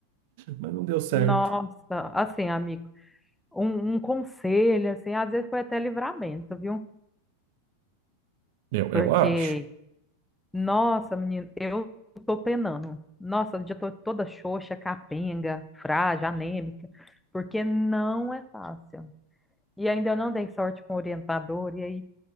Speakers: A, on the right; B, in the centre.
A: mas não deu certo.
B: Nossa, assim, amigo, um, um conselho, assim, às vezes foi até livramento, viu?
A: Eu,
B: Porque
A: eu acho.
B: Nossa, menino, eu tô penando. Nossa, eu já tô toda xoxa, capenga, frágil, anêmica, porque não é fácil. E ainda eu não dei sorte com o orientador, e aí